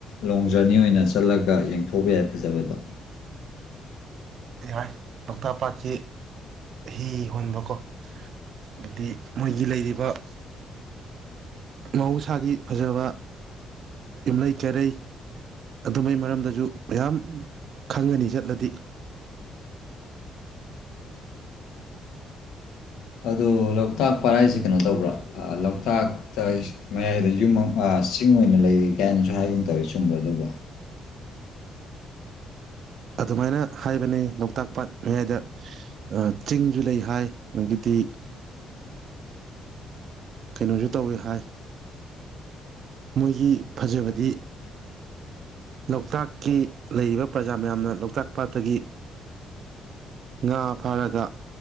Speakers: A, on the left; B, on the right.
A: ꯂꯣꯡ ꯖꯔꯅꯤ ꯑꯣꯏꯅ ꯆꯠꯂꯒ ꯌꯦꯡꯊꯣꯛꯄ ꯌꯥꯏ ꯐꯖꯕꯗꯣ
B: ꯍꯥꯏꯥꯏ ꯂꯣꯛꯇꯥꯛ ꯄꯥꯠꯁꯤ ꯍꯤ ꯍꯣꯟꯕꯀꯣ ꯑꯗꯨꯗꯤ ꯃꯣꯏꯒꯤ ꯂꯩꯔꯤꯕ ꯃꯍꯧꯁꯥꯒꯤ ꯐꯖꯕ ꯌꯨꯝꯂꯩ ꯀꯩꯔꯩ ꯑꯗꯨꯃꯥꯏ ꯃꯔꯝꯗꯁꯨ ꯃꯌꯥꯝ ꯈꯪꯒꯅꯤ ꯆꯠꯂꯗꯤ
A: ꯑꯗꯨꯣ ꯂꯣꯛꯇꯥꯛ ꯄꯔꯥꯏꯁꯦ ꯀꯩꯅꯣ ꯇꯧꯕ꯭ꯔꯥ ꯂꯣꯛꯇꯥꯛꯇ ꯃꯌꯥꯏꯗ ꯌꯨꯝ ꯑꯃ ꯆꯤꯡ ꯑꯣꯏꯅ ꯂꯩ ꯀꯥꯏꯅꯁꯨ ꯍꯥꯏꯒꯨꯝ ꯇꯧꯋꯦ ꯆꯨꯝꯕ꯭ꯔꯥ ꯑꯗꯨꯕꯣ
B: ꯑꯗꯨꯃꯥꯏꯅ ꯍꯥꯏꯕꯅꯦ ꯂꯣꯛꯇꯥꯛ ꯄꯥꯠ ꯃꯌꯥꯏꯗ ꯆꯤꯡ ꯨ ꯂꯩ ꯍꯥꯏ ꯑꯒꯤꯗꯤ ꯀꯩꯅꯣꯁꯨ ꯇꯧꯋꯤ ꯍꯥꯏ ꯃꯣꯏꯒꯤ ꯐꯖꯕꯗꯤ ꯂꯣꯛꯇꯥꯛꯀꯤ ꯂꯩꯔꯤꯕ ꯄ꯭ꯔꯖꯥ ꯃꯌꯥꯝꯅ ꯂꯣꯛꯇꯥꯛ ꯄꯥꯠꯇꯒꯤ ꯉꯥ ꯐꯥꯔꯒ